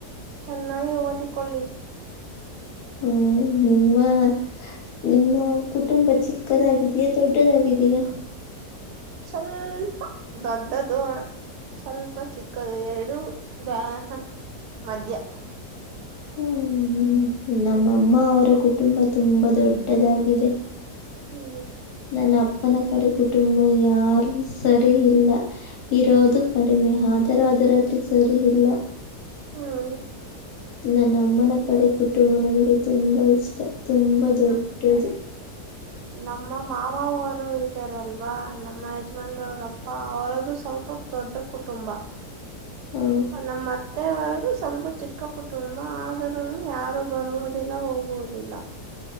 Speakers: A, on the right; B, on the left.
A: ಚೆನ್ನಾಗಿ ಓದಿಕೊಳ್ಳಿ
B: ಹ್ಮ ನಿಮ್ಮ ಹ ನಿಮ್ಮ ಕುಟುಂಬ ಚಿಕ್ಕದಾಗಿದಯಾ ದೊಡ್ಡದಾಗಿದಯಾ
A: ಸ್ವಲ್ಪ ದೊಡ್ಡದು ಸ್ವಲ್ಪ ಚಿಕ್ಕದು ಎರಡು ಬ್ಯಾ ಮಧ್ಯ್ಯ
B: ಹ್ಮ್ ನಮ್ಮಮ್ಮ
A: ಹ್ಮ್
B: ಅವರ ಕುಟುಂಬ ತುಂಬಾ ದೊಡ್ಡದಾಗಿದೆ
A: ಹ್ಮ್
B: ನನ್ನ ಅಪ್ಪನ ಕಡೆ ಕುಟುಂಬ ಯಾರು ಸರಿ ಇಲ್ಲ ಇರೋದು ಕಡಿಮೆ ಅದರ ಅದರಲ್ಲಿ ಸರಿ ಇಲ್ಲ
A: ಹ್ಮ್
B: ನನ್ನ ಅಮ್ಮನ ಕಡೆ ಕುಟುಂಬ ನನಗೆ ತುಂಬಾ ಇಷ್ಟ ತುಂಬಾ ದೊಡ್ಡದು
A: ಹ್ಮ ನಮ್ಮ ಮಾವವರು ಇದಾರಲ್ವಾ ನಮ್ಮ ಯಜಮಾನ್ರವ್ರ ಅಪ್ಪ ಅವರದು ಸ್ವಲ್ಪ ದೊಡ್ ದೊಡ್ಡ ಕುಟುಂಬ
B: ಹ
A: ನಮ್ಮ ಅತ್ತೆವರದು ಸ್ವಲ್ಪ ಚ ಚಿಕ್ಕ ಕುಟುಂಬ ಆದರೂ ಯಾರು ಬರುದಿಲ್ಲ ಹೋಗುವುದಿಲ್ಲ